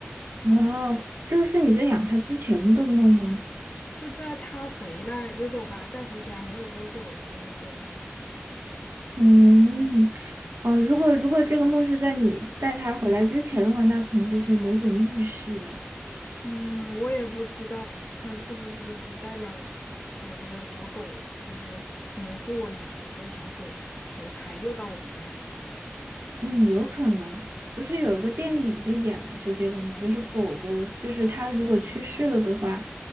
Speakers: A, on the right; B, on the left.
A: 哇，这个是你在养它之前的梦吗？
B: 是在他回来，就是我把他带回家没有多久之后做的梦。
A: 嗯，哦，如果如果这个梦是在你带它回来之前的话，那可能就是某种预示了。
B: 嗯，我也不知道他是不是就是代表说这个小狗就是可能是我以前的小狗投胎又到我们家来了。
A: 嗯，有可能，不是有一个电影就演的是这个吗？就是狗狗，就是它如果去世了的话，